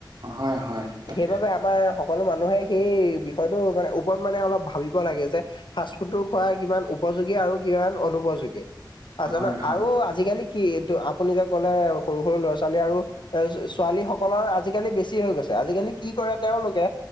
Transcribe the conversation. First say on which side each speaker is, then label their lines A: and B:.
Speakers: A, on the right (about 65°); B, on the left (about 70°).
A: হয় হয়, তাকে,
B: সেইবাবে আমাৰ সকলো মানুহে সেই বিষয়টো মানে ওপৰত মানে অলপ ভাল ভাবিব লাগে যে ফাষ্টফুডো খোৱা কিমান উপযোগী আৰু কিমান অনুপযোগী। আৰু জানা
A: হয় হয়,
B: আৰু আজিকালি। কি এইটো আপুনি যে ক'লে সৰু-সৰু ল'ৰা ছালী আৰু এ ছোৱালী সকলৰ আজিকালি বেছি হৈ গৈছে। আজিকালি কি কৰে তেওঁলোকে।